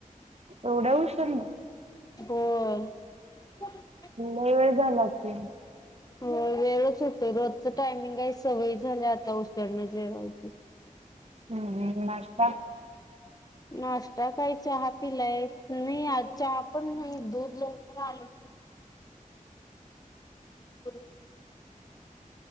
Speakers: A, on the right; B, on the left.
A: एवढ्या उशिरनं?
B: होय. <inaudible>
A: लय वेळ झाला की.
B: हो वेळच होतोय रोजच टायमिंगय, सवय झाल्या आता उशिरन जेवायची.
A: हम्म हम् नाश्ता?
B: नाश्ता काय चहा पिलायं, नाही आज चहा पण नाही, दूध लवकर आल <inaudible>
A: <unintelligible>